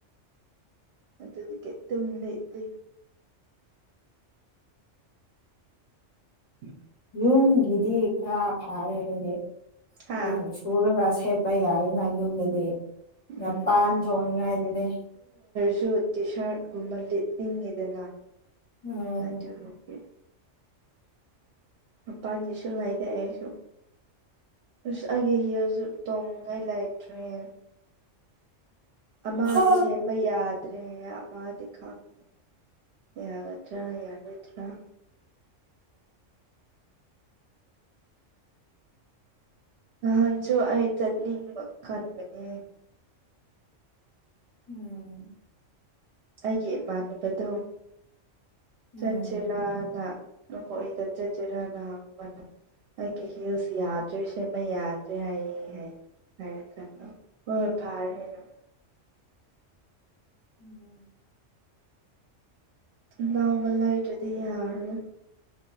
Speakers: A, on the right; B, on the left.
A: ꯑꯗꯨꯗꯤ ꯑꯗꯨꯝ ꯂꯩꯠꯂꯤ ꯎ
B: ꯌꯨꯝꯒꯤꯗꯤ ꯈꯔ ꯐꯥꯔꯦ ꯍꯥꯏꯗꯤ
A: ꯍꯥ
B: ꯑꯗꯨꯝ ꯁꯨꯔꯒ ꯆꯄ ꯌꯥꯏꯅ ꯌꯨꯝꯗꯗꯤ
A: ꯎꯝ
B: ꯉꯄꯥꯟ ꯊꯣꯡꯅꯤꯡꯉꯥꯏꯗꯨꯅꯦ
A: ꯁꯨ ꯇꯤ ꯁꯥꯔꯠ ꯀꯨꯝꯕ ꯂꯤꯠꯂꯤꯉꯤꯗꯅ
B: ꯎꯝ
A: ꯑꯗꯨꯒꯤ ꯑꯄꯥꯥꯟ ꯅꯤꯡꯁꯣꯟ ꯉꯅꯥꯥꯏꯗ ꯑꯁꯨ ꯁ ꯑꯒꯦ ꯍꯌꯔꯖ ꯇꯣꯡꯉꯥꯏ ꯂꯥꯏꯇ꯭ꯔꯦꯦ ꯑꯃꯗꯤ
B: ꯍꯥ
A: ꯁꯦꯝꯕ ꯌꯥꯗ꯭ꯔꯦ ꯑꯃꯗꯤ ꯈꯪꯗꯦ ꯌꯥꯒꯗ꯭ꯔꯥ ꯌꯥꯔꯣꯏꯗ꯭ꯔꯥ ꯅꯍꯥꯟꯁꯨ ꯑꯩ ꯆꯠꯅꯤꯡꯕ ꯀꯟꯕꯅꯦ
B: ꯎꯝ
A: ꯑꯩꯒꯤ ꯏꯃꯥꯟꯅꯕꯗꯣ ꯆꯠꯁꯤꯔꯥꯅ
B: ꯎꯝ
A: ꯍꯣꯏ ꯆ ꯆꯠꯖꯔꯅꯅꯤ ꯑꯩ ꯀ ꯍꯁ ꯌꯥꯗ꯭ꯔꯦꯁ ꯃ ꯌꯥꯗ꯭ꯔꯦ ꯍꯥꯏ ꯍꯥꯏ ꯀ ꯀ ꯑꯣ ꯐꯥꯔꯅ
B: ꯎꯝ
A: ꯅꯥꯕꯂꯥꯏ ꯑꯗꯨꯗꯤ ꯌꯥꯔ